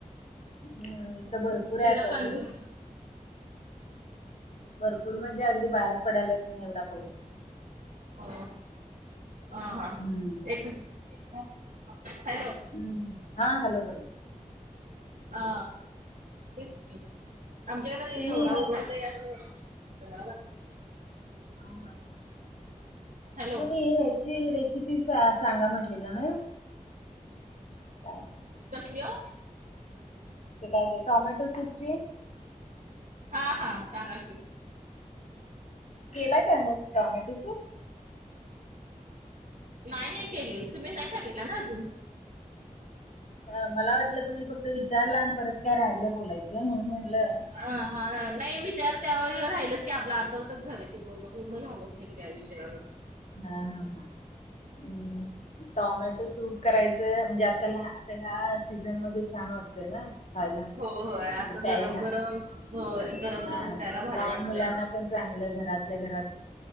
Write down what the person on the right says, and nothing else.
तिला
कंटिन्यू
हो, हं हा,
एक मिनिट, हॅलो.
हा तेच कि, आमच्याकडे
एवढा
उघडतोय. आणि तेच कि <unintelligible>
हॅलो
कसली ओ?
हा हा सांगा कि.
नाही नाही केली, तुम्ही नाही सांगीतला ना अजून.
हा हा नाही विचारते आवो राहिलं की आपला अर्धवटच झालं की बोलणं, पूर्ण झालच नाही कि त्या विषयावर.
हो होय
असं
गरम गरम होय गरम
गरम
प्यायला भारी
वाटतंय.